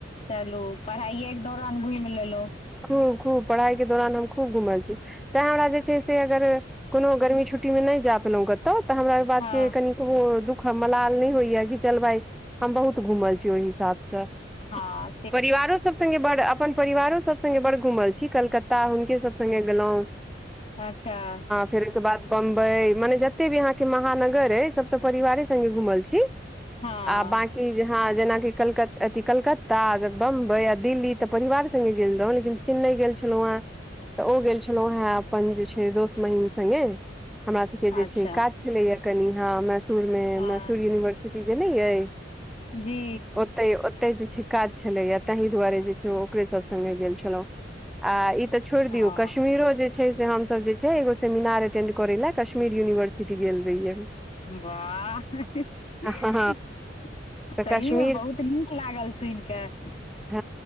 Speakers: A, on the left (about 35°); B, in the centre.
A: चलु पढ़ाइके दौरान घुमि लेलहु।
B: खुब खुब पढ़ाई के दौरान हम खुब घुमल छी। तै हमरा जे छय से अगर कोनो गर्मी छुट्टीमे नै जा पलहु घ तऽ हमरा ओहि बात
A: हँ
B: के कनि ओहो दुख मलाल नै होइयेकि चल भााय हम बहुत घुमल छी ओहि हिसाब स।
A: हाँ
B: परिवारो सब संगे बड़ अपन परिवारो सब संगे बड़ घुमल छी कलकत्ता हुनके सब संगे गेलौह। <inaudible>
A: अच्छा ऽ
B: फेर ओहिके बाद बम्बई मने जते भी अहाके महानगर अय सब तऽ परिवारे संगे घुमल छी।
A: हँ
B: आ बाकि की जे ह जेनाकि अथि कलकत्ता बम्बई आ दिल्ली तऽ परिवारे संगे गेल रहौ लेकिन चेन्नई गेल छलौ हे तऽ ओ गेल छलौ ह अपन जे छैय दोस्त महीम संगे हमरा सबके जे
A: अच्छा
B: छैय काज छलैया कनी हा मैसूर जे
A: हँ
B: मैसुर यूनिवर्सिटी जे नै अय?
A: जी
B: ओते ओते जे छैय काज छलैया ताहि दुआरे जे छैय ओकरे सब संगे गेल छलहु। आ इ तऽ छोड़ि
A: हँ
B: दियौ कश्मीरो जे छैय जे हम सब जे छैय एगो सेमिनार अटैंड करैय लेल कश्मीर यूनिवर्सिटी गेल रहियै।
A: बाह सहीमे
B: हँ तऽ कश्मीर
A: बहुत नीक लागल सुनि कऽ।
B: ह